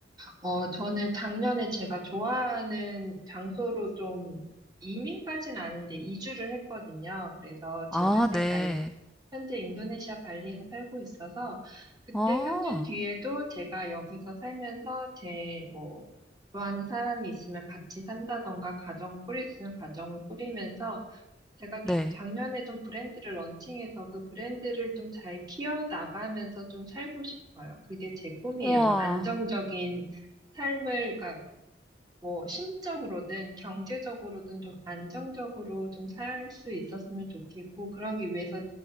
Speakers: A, on the right (about 25°); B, in the centre.
A: 어, 저는 작년에 제가 좋아하는 장소로 좀 이민까지는 아닌데 이주를 했거든요. 그래서
B: 아,
A: 지금 현재
B: 네.
A: 발, 현재 인도네시아 발리에서 살고 있어서 그때
B: 아,
A: 3년 뒤에도 제가 여기서 살면서 제 뭐 좋아하는 사람이 있으면 같이 산다던가 가정 꾸릴 수 있는 가정을 꾸리면서 제가
B: 네.
A: 조- 작년에 좀 브랜드를 런칭해서 그 브랜드를 좀 잘 키워나가면서 좀 살고 싶어요. 그게 제 꿈이에요.
B: 우와.
A: 좀 안정적인 삶을, 그러니까 뭐 심적으로든 경제적으로든 좀 안정적으로 좀 살 수 있었으면 좋겠고, 그러기 위해서.